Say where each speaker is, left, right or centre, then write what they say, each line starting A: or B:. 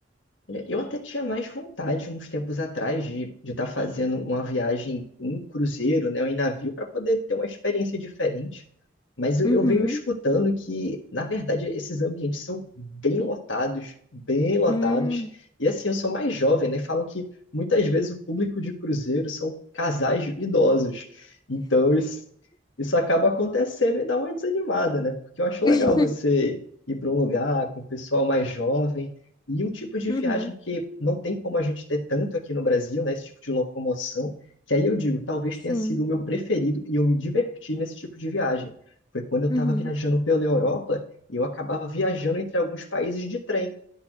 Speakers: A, on the left (about 85°); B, on the left (about 20°).
A: Olha, Eu até tinha mais vontade uns tempos atrás de estar fazendo uma viagem em cruzeiro, né, ou em navio, para poder ter uma experiência diferente. Mas eu,
B: Uhum.
A: eu venho escutando que, na verdade, esses ambientes são bem lotados, bem lotados.
B: Hum.
A: E assim, eu sou mais jovem, né? Falam que muitas vezes o público de cruzeiro são casais idosos. Então isso, isso acaba acontecendo e dá uma desanimada, né? Porque eu acho legal
B: <laughs>
A: você ir para um lugar com o pessoal mais jovem. E um tipo de
B: Uhum.
A: viagem que não tem como a gente ter tanto aqui no Brasil, né? Esse tipo de locomoção, que aí eu digo, talvez
B: Sim.
A: tenha sido o meu preferido e eu me diverti nesse tipo de viagem. Foi quando eu estava
B: Uhum.
A: viajando pela Europa e eu acabava viajando entre alguns países de trem.